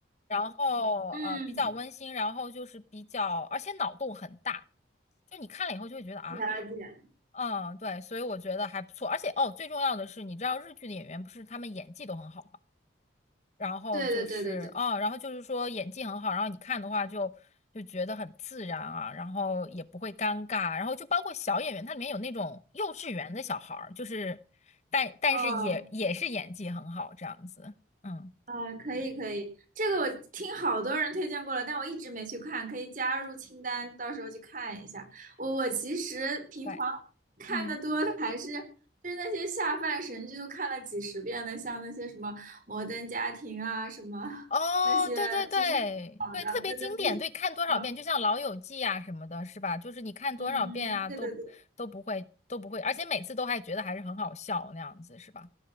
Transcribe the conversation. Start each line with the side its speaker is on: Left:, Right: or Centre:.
Left: 然后呃比较温馨，
Right: 嗯，嗯，
Left: 然后就是比较，而且脑洞很大，就你看了以后就会觉得啊，
Right: 了解。
Left: 嗯，对，所以我觉得还不错。而且哦，最重要的是，你知道日剧的演员不是他们演技都很好吗？然后就是哦，
Right: 对对对对对，
Left: 然后就是说演技很好，然后你看的话就就觉得很自然啊，然后也不会尴尬，然后就包括小演员，它里面有那种幼稚园的小孩儿，就是但但是也也是演技很好这样子，
Right: 哦。
Left: 嗯，
Right: 啊，可以可以，这个我听好多人推荐过了，但我一直没去看，可以加入清单，到时候去看一下。我我其实平常
Left: <laughs> 对，
Right: 看的多的还是
Left: 嗯。
Right: 就是那些下饭神剧，都看了几十遍的，像那些什么《摩登家庭》啊，什么
Left: 哦，
Right: 那些就是很老的，
Left: 对对对对，特别经典，
Right: 对对对，
Left: 对，看多少遍，
Right: 嗯
Left: 就像《老友记》啊什么的，是吧？就是你看多少遍啊，
Right: 嗯，对对对，
Left: 都都不会都不会，而且每次都还觉得还是很好笑那样子，是吧？